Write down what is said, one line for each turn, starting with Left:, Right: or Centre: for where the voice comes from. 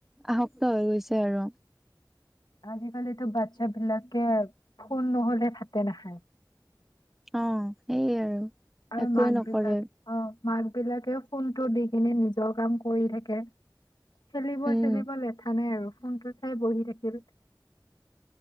Centre: আসক্ত হৈ গৈছে। আৰু-
Left: আজিকালিতো বাচ্ছাবিলাকে ফোন নহলে ভাতে নাখায়।
Centre: অ সেইয়ে আৰু
Left: আৰু
Centre: একোৱে
Left: মাক
Centre: নকৰে
Left: বিতাক অ মাক বিলাকে ফোনটো দি কিনে নিজৰ কাম কৰি থাকে। খেলিব
Centre: উম
Left: চেলিব লেঠা নাই। আৰু ফোনটো চাই বহি থাকিল